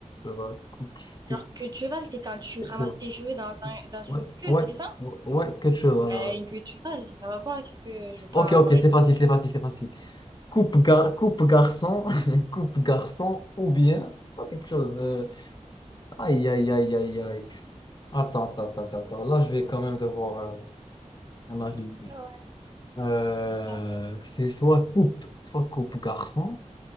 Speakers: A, on the left; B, on the right.
A: cheval, coupe, coupe
B: Genre queue de cheval, c'est quand tu ramasses
A: cheval.
B: tes cheveux dans un, dans une
A: Ouais,
B: queue,
A: ouais,
B: c'est ça?
A: ouais, ouais, quelque chose. voilà.
B: Bah une queue de cheval, ça va pas, qu'est-ce que je veux pas
A: Ok, ok,
B: avoir une
A: c'est
B: queue.
A: facile, c'est facile, c'est facile. Coupe, gar coupe garçon, <laughs> coupe garçon, ou bien c'est pas quelque chose de. Aïe, aïe, aïe, aïe, aïe. Attends, attends, attends, attends. attends. Là, je vais quand même devoir euh, en arriver.
B: Ouais,
A: Euh,
B: ouais, ouais.
A: c'est soit coupe, soit coupe garçon,